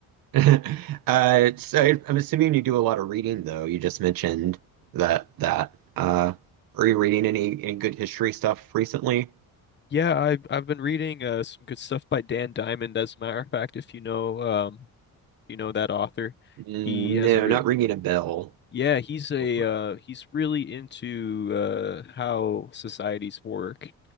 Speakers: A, on the right; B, on the left.
A: <laughs> Uh, so I'm assuming you do a lot of reading, though. You just mentioned that that. Uh, are you reading any any good history stuff recently?
B: Yeah, I've I've been reading uh some good stuff by Dan Diamond, as a matter of fact, if you know um you know that author.
A: No,
B: He has a real
A: not ringing a bell.
B: Yeah, he's a
A: Look,
B: uh he's really into uh how societies work,